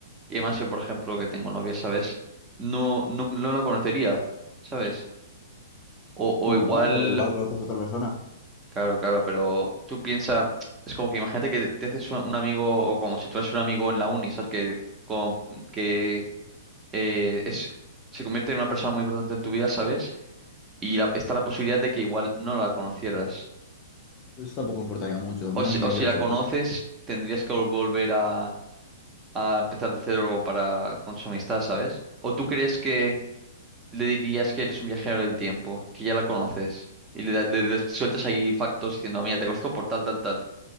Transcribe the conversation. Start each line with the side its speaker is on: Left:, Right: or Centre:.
Right: y además yo por ejemplo que tengo novia, ¿sabes? No, no, no la conocería, ¿sabes? O, o
Left: Bueno,
Right: igual,
Left: pero igual conoces a otra persona.
Right: Claro, claro, pero tú piensas, es como que imagínate que te haces un un amigo o como si tú eres un amigo en la uni, ¿sabes? Que, como, que eh, es, se convierte en una persona muy importante en tu vida, ¿sabes? Y la- está la posibilidad de que igual no la conocieras.
Left: Eso tampoco importaría mucho,
Right: O
Left: menos
Right: si,
Left: en
Right: o
Left: mi
Right: si
Left: caso.
Right: la conoces, tendrías que vol- volver a, a empezar de cero para, con su amistad, ¿sabes? ¿O tú crees que le dirías que eres un viajero del tiempo, que ya la conoces? Y le, da- le des- sueltas ahí factos diciendo, mira, te conozco por tal, tal, tal,